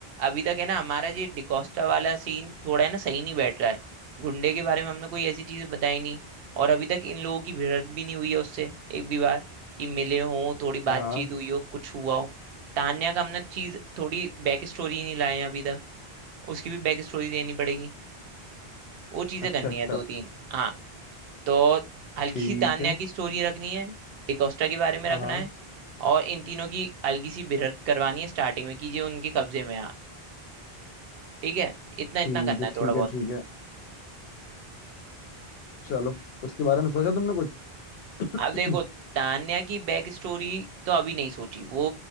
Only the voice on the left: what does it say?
हाँ
हाँ।
अच्छा
अच्छा
ठीक
है
हाँ
हाँ।
ठीक
है
ठीक
है ठीक है चलो उसके बारे में सोचा तुमने कुछ <clears throat>